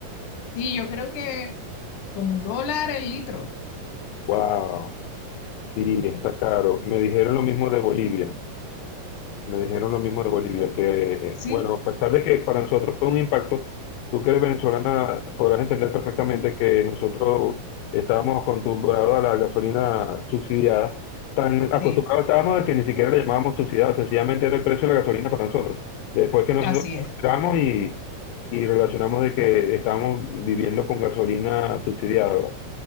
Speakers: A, on the left; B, on the left.
A: Sí, yo creo que como un dólar el litro.
B: Wow. Sí, está
A: Sí.
B: caro. Me dijeron lo mismo de Bolivia. Me dijeron lo mismo de Bolivia, que, eh,
A: Sí,
B: bueno, a pesar de que para nosotros fue un impacto, tú que eres venezolana podrás entender perfectamente
A: Ujú.
B: que nosotros estábamos acostumbrados a la gasolina subsidiada, tan acostumbrados
A: Sí,
B: estábamos a que ni siquiera le llamábamos subsidiada, sencillamente era el precio de la gasolina para nosotros. Después que nosotros
A: así es.
B: entramos y, y relacionamos de que estábamos viviendo con gasolina subsidiada,